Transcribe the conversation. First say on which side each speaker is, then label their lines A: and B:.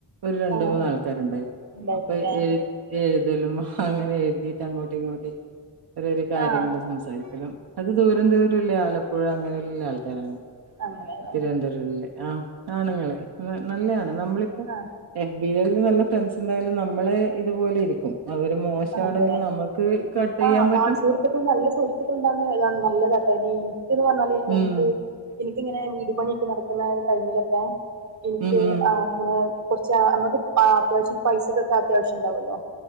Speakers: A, on the right (about 60°); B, on the right (about 40°).
A: ഒരു രണ്ട
B: ആ
A: മൂന്നാൾക്കാരുണ്ടായിരുന്നു
B: ഉണ്ടായിരുന്നല്ലേ
A: അപ്പൊ എഴ എഴ ന്തേലും അങ്ങനെ എഴുതിയിട്ട് അങ്ങോട്ടി ഇങ്ങോട്ടി ഒരു ഒരു കാര്യങ്ങള്
B: ആ
A: സംസാരിക്കലും അത് ദൂരം ദൂരല്ല ആലോ ഇപ്പോഴും അങ്ങനെയുള്ള ആൾക്കാരാണ്
B: അങ്ങനെയല്ലേ
A: തിരുവനന്തപുരല്ലേഅ ആണ്ങ്ങള് അ നല്ലയാണ് നമ്മളിപ്പോ
B: ആ
A: എഫ് ബി യില് നല്ല ഫ്രണ്ട്സ് ഉണ്ടായാലും നമ്മള് ഇതുപോലെ ഇരിക്കും അവര് മോശാണെങ്കിൽ
B: അതെ
A: നമ്മക്ക് കട്ട് ചെയ്യാൻ
B: ആഹ്
A: പറ്റും.
B: ആൺ സുഹൃത്തുക്കള് നല്ല സുഹൃത്തുക്കൾ ഉണ്ടാകുന്നത് ന നല്ലതാട്ടോ ഇനി <unintelligible> പറഞ്ഞാലേ
A: ഉം.
B: നമുക്ക് എനിക്കിങ്ങനെ വീട് പണിയൊക്കെ നടക്കുന്ന ടൈമിലൊക്കെ എനിക്ക്
A: ഉം, ഉം.
B: ആങ്ങള കൊറച്ച് അമ്മക്ക് ആ അത്യാവശ്യം ഇ പൈസക്കൊക്കെ അത്യാവശ്യം ഉണ്ടാവല്ലോ